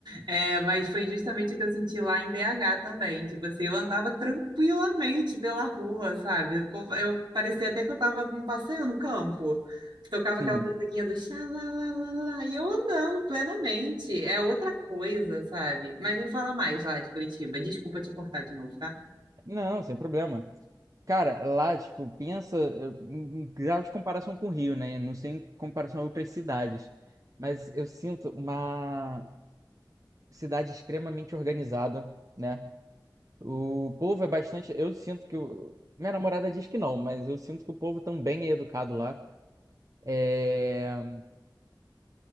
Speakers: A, on the right (about 75°); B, on the right (about 45°).
A: É, mas foi justamente o que eu senti lá em BH também. Tipo assim, eu andava tranquilamente pela rua, sabe? Eu, co- eu- parecia até que eu tava num passeio no campo. Tocava aquela
B: sim.
A: musiquinha do xalalalala e eu andando plenamente. É outra coisa, sabe? Mas me fala mais lá de Curitiba. Desculpa te cortar de novo, tá?
B: Não, sem problema. Cara, lá, tipo, pensa eu- em em grau de comparação com o Rio, né? Não sei em comparação a outras cidades. Mas eu sinto uma cidade extremamente organizada, né? O povo é bastante. Eu sinto que. o- Minha namorada diz que não, mas eu sinto que o povo também é educado lá. É...